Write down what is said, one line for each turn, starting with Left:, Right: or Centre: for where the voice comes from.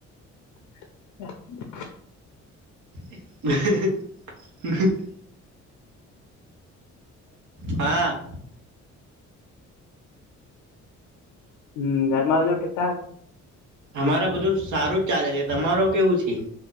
Left: હ <inaudible>
Right: હ <unintelligible> હા.
Left: હમ ઘરમા બધું ઠીકઠાક?
Right: અમારા બધું સારું જ ચાલે છે તમારે કેવું છે?